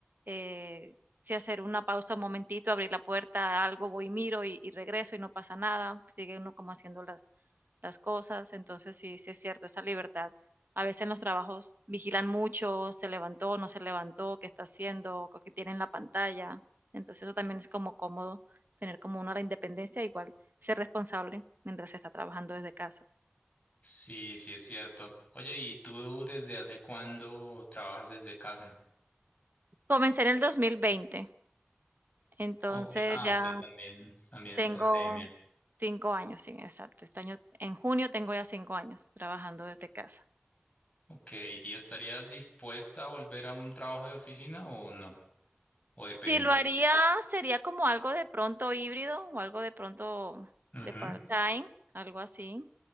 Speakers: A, on the right; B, on the left.
A: eh, si hacer una pausa un momentito, abrir la puerta, algo, voy y miro y, y regreso y no pasa nada. Sigue uno como haciendo las, las cosas. Entonces, sí, sí es cierto, esa libertad. A veces en los trabajos vigilan mucho, se levantó, no se levantó, qué está haciendo, qué tiene en la pantalla. Entonces, eso también es como cómodo tener como una la independencia, igual ser responsable mientras se está trabajando desde casa.
B: Sí, sí es cierto. Oye, ¿y tú desde hace cuándo trabajas desde casa?
A: Comencé en el dos mil veinte entonces
B: Okay, ah,
A: ya
B: ok, también, también en
A: tengo
B: pandemia.
A: cinco años, sí, exacto. Este año, en junio tengo ya cinco años trabajando desde casa.
B: Ok, ¿y estarías dispuesta a volver a un trabajo de oficina o no? O depende.
A: Si lo haría, sería como algo de pronto híbrido o algo de pronto
B: Ujú.
A: de part-time, algo así,